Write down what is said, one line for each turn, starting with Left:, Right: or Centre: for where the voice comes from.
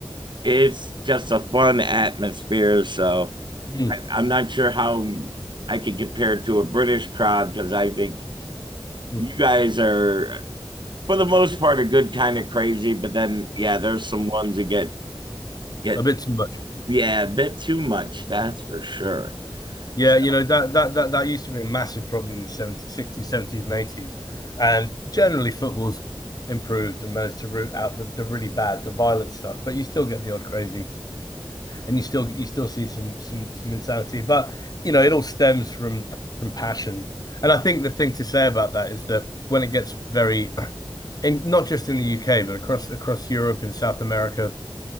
Right: it's just a fun atmosphere. So
Left: Mm,
Right: I, I'm not sure how I could compare it to a British crowd because I think
Left: mm.
Right: you guys are for the most part a good kind of crazy, but then yeah, there's some ones that get get
Left: A bit too much.
Right: Yeah, a bit too much, that's for sure.
Left: Yeah,
Right: So
Left: you know, that that that that used to be a massive problem in the 70s, 60s, 70s, and 80s. And generally football's improved and managed to root out the, the really bad, the violent stuff, but you still get the odd crazy and you still you still see some some some insanity. But you know, it all stems from from passion. And I think the thing to say about that is that when it gets very, and not just in the UK, but across across Europe, in South America,